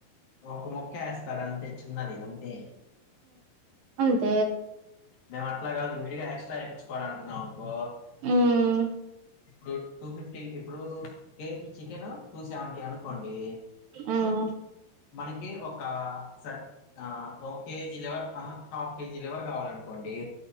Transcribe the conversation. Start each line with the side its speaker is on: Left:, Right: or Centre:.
Left: ఒక ముక్క వేస్తాడు అంతే చిన్నది అంతే
Right: అంతే
Left: మేము అట్లా కాదు విడిగా ఎక్స్ట్రా ఇచ్చుకోవాలి అనుకున్నాం అంకో
Right: ఉమ్
Left: ఇప్పుడు టూ ఫిఫ్టీ ఇప్పుడు కేజీ చికెన్ టూ సెవెంటీ అనుకోండి
Right: ఉమ్
Left: మనకి ఒక స ఓ KG liver half KG liver కావాల అనుకోండి